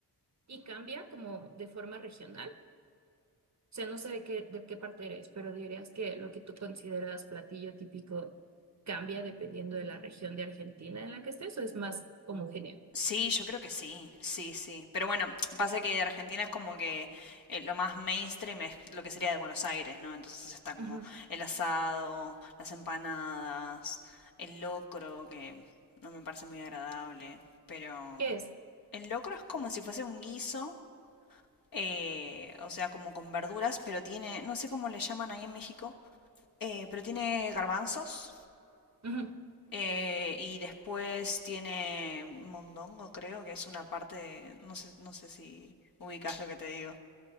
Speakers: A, on the right; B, on the left.
A: Y cambia como de forma regional. O sea, no sé de qué, de qué parte eres, pero dirías que lo que tú consideras platillo típico cambia dependiendo de la región de Argentina en la que estés o es más homogéneo.
B: Sí, yo creo que sí, sí, sí. Pero bueno, pasa que Argentina es como que eh, lo más mainstream es lo que sería de Buenos Aires, ¿no? Entonces está como
A: Ujú.
B: el asado, las empanadas, el locro, que no me parece muy agradable, pero
A: ¿Qué es?
B: el locro es como si fuese un guiso eh, o sea, como con verduras, pero tiene, no sé cómo le llaman ahí en México, eh, pero tiene garbanzos
A: Ujú.
B: eh, y después tiene mondongo, creo que es una parte, de- no sé, no sé si ubicas lo que te digo.